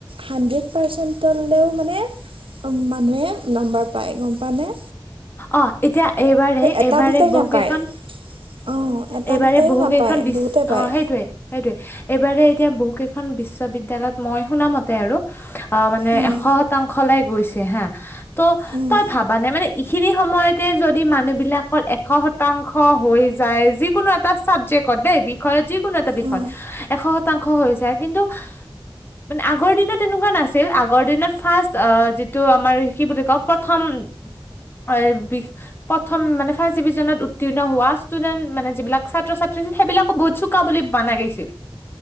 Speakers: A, on the right (about 75°); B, on the left (about 25°).
A: হাণ্ড্ৰেড পাৰ্চেণ্টলৈও মানে উম, মানুহে নাম্বাৰ পায় গম পাওঁ নে?
B: অ এতিয়া এইবাৰে
A: এটা
B: এইবাৰে
A: দুটাই
B: বহু
A: নাপায়
B: কেইখন
A: অঁ এটা
B: এইবাৰে
A: দুটাইও
B: বহু
A: নাপায়
B: কেইখন বিশ্ব
A: বহুতে পায়
B: অ সেইটয়েই সেইটোয়ে এইবাৰে এতিয়া বহু কেইখন বিশ্ববিদ্যালয়ত মই শুনা মতে আৰু অ, মানে
A: উম
B: এশ শতাংশ লৈ গৈছিল। হা, ত',
A: উম
B: তই ভাবা নে মানে এইখিনি সময়তে যদি মানুহ বিলাকৰ এশ শতাং উখ, হয়্যিজ যায়, যিকোনো এটা চাবজেক্টত দেই বিষয়ত যিকোনো এটা বিষয়ত
A: উম
B: এশ শতাংশ হৈ যায় কিন্তু <inaudible> মানে আগৰ দিনত এনেকুৱা নাছিল আগৰ দিনত ফাৰ্ষ্ট আ, যিটো আমাৰ কি বুলি ক', প্ৰথম হয় বি-প্ৰথম মানে ফাৰ্ষ্ট ডিভিজনত উত্তীৰ্ণ হোৱা ষ্টুডেণ্ট মানে যিবিলাক ছাত্ৰ ছাত্ৰী আছিল সেইবিলাকো বহুত চোকা বুলি বানা গেইছিল।